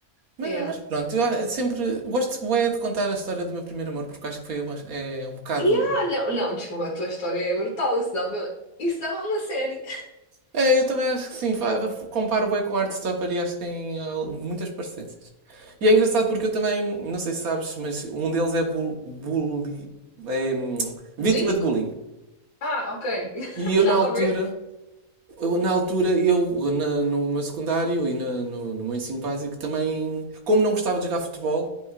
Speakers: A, on the right; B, on the left.
A: Mas,
B: É.
A: mas pronto, eu a- sempre gosto bué de contar a história do meu primeiro amor, porque acho que foi uma- é um bocado
B: E ah, não, não, desculpa, a tua história é brutal. Isso dava, isso dava uma série.
A: É, eu também acho que sim. Fa- Comparo bem com o Heartstopper e acho que tem ah, muitas parecências. E é engraçado porque eu também, não sei se sabes, mas um deles é, bul bully, é hum, vítima
B: Bulímico?
A: de bullying.
B: Ah, ok. <laughs>
A: E eu
B: Nada
A: na altura,
B: a ver.
A: eu, na altura, eu na- no meu secundário e na- no, no meu ensino básico também, como não gostava de jogar futebol,